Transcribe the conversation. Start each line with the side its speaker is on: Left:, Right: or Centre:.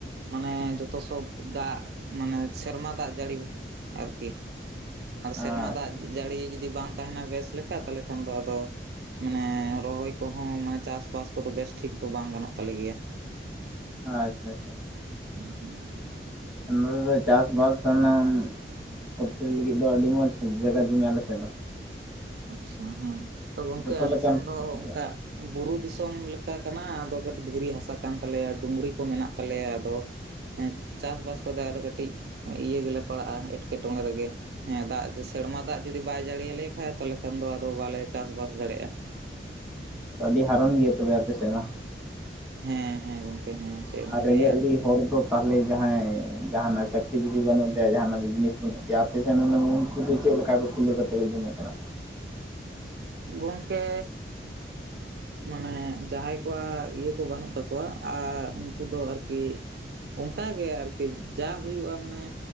Right: ᱢᱟᱱᱮ ᱡᱚᱛ ᱥᱚᱵ ᱫᱟᱜ ᱢᱟᱱᱮ ᱥᱮᱨᱢᱟ ᱫᱟᱜ ᱡᱟᱹᱲᱤ ᱟᱨᱠᱤ ᱟᱨ
Centre: ᱟᱪᱪᱷᱟ
Right: ᱥᱮᱨᱢᱟ ᱫᱟᱜ ᱡᱟᱹᱲᱤ ᱡᱩᱫᱤ ᱵᱟᱝ ᱛᱟᱦᱮᱱᱟ ᱵᱮᱥ ᱞᱮᱠᱟ ᱛᱟᱦᱚᱞᱮ ᱠᱷᱟᱱ ᱫᱚ ᱟᱫᱚ ᱢᱟᱱᱮ ᱨᱚᱦᱚᱭ ᱠᱚᱦᱚᱸ ᱢᱟᱱᱮ ᱪᱟᱥᱵᱟᱥ ᱠᱚᱫᱚ ᱵᱮᱥᱴᱷᱤᱠ ᱫᱚ ᱵᱟᱝ ᱜᱟᱱᱚᱜ ᱛᱟᱞᱮ ᱜᱮᱭᱟ
Centre: ᱟᱪᱪᱷᱟ ᱟᱪᱪᱷᱟ
Right: <unintelligible>
Centre: ᱱᱚᱛᱮ ᱫᱚ ᱪᱟᱥ ᱵᱟᱟᱥ ᱠᱟᱱᱟ <unintelligible> ᱦᱳᱴᱮᱞ ᱞᱟᱹᱜᱤᱫ ᱫᱚ ᱟᱹᱰᱤ ᱢᱚᱸᱡᱽ ᱡᱟᱭᱜᱟ ᱡᱚᱢᱤ ᱟᱞᱮ ᱥᱮᱫ ᱫᱚ
Right: ᱟᱪᱪᱷᱟ ᱦᱮᱸ ᱛᱚ ᱜᱚᱝᱠᱮ
Centre: ᱡᱚᱛᱚ ᱞᱮᱠᱟᱱ
Right: ᱟᱞᱮ ᱥᱮᱱ
Centre: ᱯᱷᱚᱥᱚᱞ
Right: ᱫᱚ
Centre: ᱦᱩᱭᱩᱜᱼᱟ
Right: ᱚᱱᱠᱟ ᱵᱩᱨᱩ ᱫᱤᱥᱚᱢ ᱞᱮᱠᱟ ᱠᱟᱱᱟ ᱟᱫᱚ ᱠᱟᱹᱴᱤᱡ ᱫᱷᱤᱨᱤ ᱦᱟᱥᱟ ᱠᱟᱱ ᱛᱟᱞᱮᱭᱟ ᱰᱩᱝᱨᱤ ᱠᱚ ᱢᱮᱱᱟᱜ ᱛᱟᱞᱮᱭᱟ ᱟᱫᱚ ᱦᱮᱸ ᱪᱟᱥ ᱵᱟᱥ ᱠᱚᱫᱚ ᱟᱨᱚ ᱠᱟᱹᱴᱤᱡ ᱤᱭᱟᱹ ᱜᱮᱞᱮ ᱯᱟᱲᱟᱜᱼᱟ ᱮᱸᱴᱠᱮᱴᱚᱬᱮ ᱨᱮᱜᱮ ᱦᱮᱸ ᱫᱟᱜ ᱥᱮᱨᱢᱟ ᱫᱟᱜ ᱡᱩᱫᱤ ᱵᱟᱭ ᱡᱟᱺᱲᱤ ᱟᱞᱮ ᱠᱷᱟᱡ ᱛᱟᱦᱞᱮ ᱮᱠᱷᱟᱱ ᱫᱚ ᱟᱫᱚ ᱵᱟᱞᱮ ᱪᱟᱥ ᱵᱟᱥ ᱫᱟᱲᱮᱭᱟᱜᱼᱟ
Centre: ᱟᱹᱰᱤ ᱦᱟᱨᱚᱱ ᱜᱮᱭᱟ ᱛᱚᱵᱮ ᱟᱯᱮ ᱥᱮᱫ ᱢᱟ
Right: ᱦᱮᱸ ᱦᱮᱸ ᱜᱚᱝᱠᱮ ᱦᱮᱸ ᱪᱮᱫ ᱮᱢ
Centre: ᱟᱨ ᱨᱮᱸᱜᱮᱡ
Right: ᱞᱟᱹᱭᱟ
Centre: ᱚᱨᱮᱡ ᱦᱚᱲ ᱫᱚ ᱛᱟᱦᱚᱞᱮ ᱡᱟᱦᱟᱸᱭ ᱡᱟᱦᱟᱱᱟᱜ ᱪᱟᱹᱠᱨᱤ ᱡᱤᱵᱤ ᱵᱟᱹᱱᱩᱜ ᱛᱟᱭᱟ ᱡᱟᱦᱟᱱᱟᱜ ᱵᱤᱡᱽᱱᱮᱥ ᱵᱟᱹᱱᱩᱜ <unintelligible> ᱛᱟᱭᱟ ᱡᱮ ᱟᱯᱮᱥᱮᱫ ᱦᱩᱱᱟᱹᱝ ᱩᱱᱠᱩ ᱫᱚ ᱪᱮᱫ ᱞᱮᱠᱟ ᱠᱚ ᱠᱩᱞᱟᱹᱣ ᱠᱟᱛᱮ ᱠᱚ ᱡᱚᱢᱮᱜ ᱠᱟᱱᱟ
Right: ᱜᱚᱝᱠᱮ ᱢᱟᱱᱮ ᱡᱟᱦᱟᱸᱭ ᱠᱚᱣᱟᱜ ᱤᱭᱟᱹ ᱠᱚ ᱵᱟᱹᱱᱩᱜ ᱛᱟᱠᱚᱣᱟ ᱟᱨ ᱩᱱᱠᱩ ᱫᱚ ᱟᱨᱠᱤ ᱚᱱᱠᱟᱜᱮ ᱟᱨᱠᱤ ᱡᱟ ᱦᱩᱭᱩᱜᱼᱟ ᱢᱟᱱᱮ